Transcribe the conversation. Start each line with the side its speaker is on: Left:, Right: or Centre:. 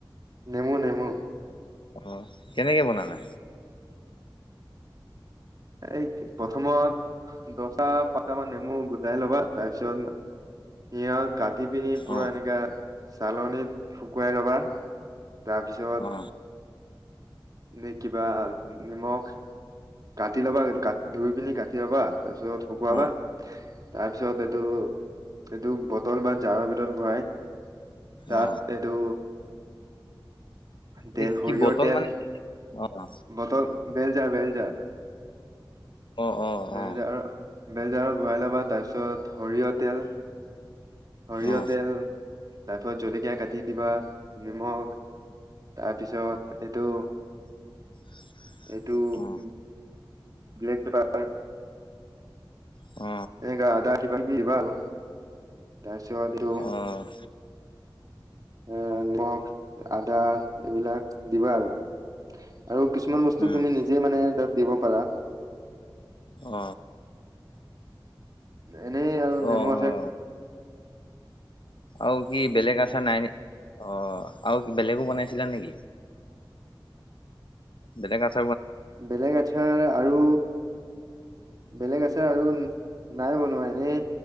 Right: নেমু নেমু।
Left: অ কেনেকে বনালা?
Right: এই প্ৰথমত, দহটা পাঁচটা মান নেমু গোটাই ল'বা। তাৰপিছত সিহঁত কাটি পিনি পুৰা
Left: অ
Right: এনেকা চালনীত শুকুৱাই লবা। তাৰপিছত
Left: অ
Right: এনেই কিবা নিমখ। কাটি ল'বা, ধুই পিনি কাটি ল'বা, তাৰপিছত শুকুৱাবা
Left: অ
Right: তাৰপিছত এইটো এইটো বটল বা জাৰৰ ভিতৰত ভৰাই তাত
Left: অ
Right: এইটো তেল
Left: এই
Right: সৰিয়হৰ
Left: কি বটল
Right: তেল
Left: মানে অ অ
Right: বটল বেলজাৰ -বেলজাৰ,
Left: অ অ
Right: বেলজাৰৰ, বেলজাৰৰ। ঘূৰাই ল'বা তাৰপিছত সৰিয়হ তেল। সৰিয়হ
Left: অ
Right: তেল। তাৰপিছত জলকীয়া কাটি দিবা, নিমখ তাৰপিছত এইটো
Left: <inaudible>
Right: এইটো
Left: অ
Right: উ ব্লেক পেপাৰ।
Left: অ।
Right: এনেকা আদা কিবা কিবি দিবা আৰু। তাৰপিছত এটো
Left: অ',
Right: এ নিখ আদা এইবিলাক দিবা আৰু। আৰু কিছুমান বস্তু
Left: উম,
Right: তুমি নিজে মানে তাত দিব পাৰা।
Left: অ।
Right: এনেই আৰু নেমু
Left: অ',
Right: আছে।
Left: অ', আৰু কি বেলেগ আচাৰ নাই নে অ আৰু বেলেগো বনাইছিলা নেকি। বেলেগ আছ।
Right: বেলেগ আচাৰ আৰু। বেলেগ আচাৰ আৰু নাই বনোৱা এনে